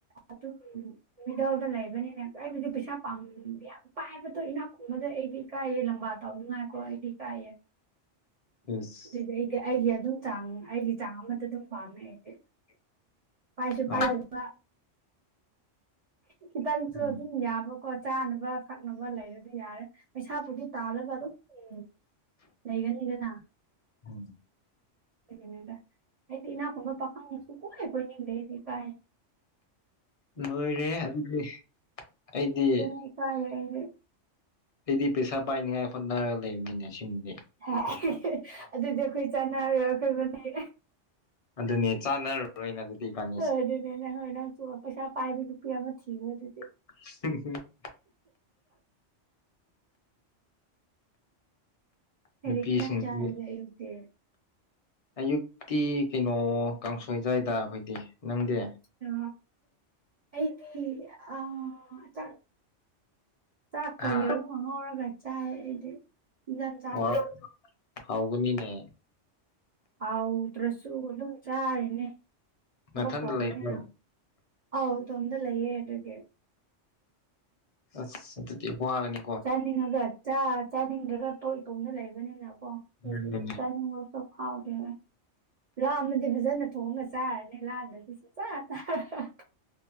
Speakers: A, on the right; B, on the left.
A: ꯑꯗꯨ꯫ ꯃꯤꯗꯜꯗ ꯂꯩꯕꯅꯤꯅꯦ ꯑꯩꯕꯨꯗꯤ ꯄꯩꯁꯥ ꯄꯥꯝ ꯌꯥꯝ ꯄꯥꯏꯕꯗꯣ ꯏꯅꯥꯛ ꯈꯨꯕꯗ ꯑꯩꯗꯤ꯫ ꯏꯀꯥꯏꯌꯦ ꯂꯝꯕꯥ ꯇꯧ ꯅꯨꯡꯉꯥꯏꯀꯣ ꯑꯩꯗꯤ ꯏꯀꯥꯏꯌꯦ꯫
B: ꯏꯁ꯫
A: ꯑꯩ ꯑꯩꯒꯤ ꯑꯗꯨꯝ ꯆꯥꯡ ꯑꯩꯒꯤ ꯆꯥꯡ ꯑꯃꯠꯇ ꯑꯗꯨꯝ ꯄꯥꯝꯃꯦ ꯑꯩꯗꯤ꯫ ꯄꯥꯏꯁꯨ
B: ꯑ
A: ꯄꯥꯏꯗꯕ ꯈꯤꯇꯪꯁꯨ
B: ꯎꯝ
A: ꯑꯗꯨꯝ ꯌꯥꯕꯀꯣ ꯆꯥꯅꯕ ꯊꯛꯅꯕ ꯂꯩꯔꯗꯤ ꯌꯥꯔꯦ꯫ ꯄꯩꯁꯥ ꯄꯨꯗꯤ ꯇꯥꯜꯂꯒ ꯑꯗꯨꯝ ꯎꯝ ꯂꯩꯒꯅꯤꯗꯅ꯫
B: ꯎꯝ
A: ꯑꯗꯨꯒꯤꯅꯤꯗ ꯑꯩꯗꯤ ꯏꯅꯥꯈꯣ ꯄꯈꯪ ꯁꯨꯡꯀꯣꯏ ꯀꯣꯏꯅꯤꯡꯗꯦ ꯑꯩꯗꯤ ꯏꯀꯥꯏꯌꯦ꯫
B: ꯂꯣꯏꯔꯦ ꯑꯗꯨꯗꯤ ꯑꯩꯗꯤ꯫
A: ꯑꯗꯨꯅ ꯏꯀꯥꯏꯌꯦ ꯑꯩꯗꯤ꯫
B: ꯑꯩꯗꯤ ꯄꯩꯁꯥ ꯄꯥꯏꯅꯤꯡꯉꯥꯏ ꯍꯣꯠꯅꯔꯒ ꯂꯩꯕꯅꯤꯅꯦ ꯑꯁꯦꯡꯕꯗꯤ꯫
A: ꯑꯗꯨꯗꯤ ꯑꯩꯈꯣꯏ ꯆꯥꯟꯅꯔꯣꯏ ꯑꯩꯈꯣꯏ ꯏꯕꯅꯤ꯫
B: ꯑꯗꯨꯅꯤ ꯆꯥꯅꯔ ꯔꯣꯏꯅꯦ ꯑꯗꯨꯗꯤ ꯏꯕꯅꯤ꯫
A: ꯍꯣꯏ ꯑꯗꯨꯅꯦ ꯅꯪ ꯍꯣꯏ ꯅꯪꯁꯨ ꯄꯩꯁꯥ ꯄꯥꯏꯕ ꯅꯨꯄꯤ ꯑꯃ ꯊꯤꯔꯣ ꯑꯗꯨꯗꯤ꯫
B: <unintelligible>
A: ꯀꯔꯤ
B: ꯅꯨꯄꯤꯁꯤꯡꯗꯤ
A: ꯏꯟꯁꯥꯡ ꯆꯥꯔꯒꯦ ꯑꯌꯨꯛꯇꯤ꯫
B: ꯑꯌꯨꯛꯇꯤ ꯀꯩꯅꯣ ꯀꯥꯡꯁꯣꯏ ꯆꯥꯏꯗ ꯑꯩꯈꯣꯏꯗꯤ ꯅꯪꯗꯤ꯫
A: ꯑ ꯑꯩꯗꯤ ꯑ꯫ ꯆꯥꯛ ꯆꯥꯛꯀ
B: ꯍꯥ
A: ꯌꯦꯔꯨꯝꯒ ꯉꯧꯔꯒ ꯆꯥꯌꯦ ꯑꯩꯗꯤ꯫ ꯏꯟꯖꯥꯡ ꯆꯥꯗꯦ
B: ꯋꯥ ꯍꯥꯎꯒꯅꯤꯅꯦ꯫
A: ꯍꯥꯎꯗ꯭ꯔꯁꯨ ꯑꯗꯨꯝ ꯆꯥꯔꯤꯅꯦ ꯊꯕꯛ
B: ꯅꯊꯟꯗ
A: ꯇꯧꯕꯅꯤꯅ꯫
B: ꯂꯩꯕ꯭ꯔꯣ
A: ꯑꯧ ꯏꯇꯣꯝꯇ ꯂꯩꯌꯦ ꯑꯗꯨꯒꯤ꯫
B: ꯑꯁ ꯑꯗꯨꯗꯤ ꯋꯥꯔꯅꯤ꯫
A: ꯆꯥꯅꯤꯡꯉꯒ ꯆ ꯆꯥꯅꯤꯡꯗ꯭ꯔꯒ ꯇꯣ ꯏꯇꯣꯝꯅ ꯂꯩꯕꯅꯤꯅꯀꯣ
B: ꯊꯣꯡꯕꯗ
A: ꯆꯥꯅꯤꯡꯕ ꯍꯥꯎꯒꯦꯦ ꯂꯥꯃꯗꯤ ꯐꯖꯅ ꯊꯣꯡꯉ ꯆꯥꯔꯅꯤ ꯂꯥꯗꯗꯤ ꯁ ꯆ ꯆꯥꯔ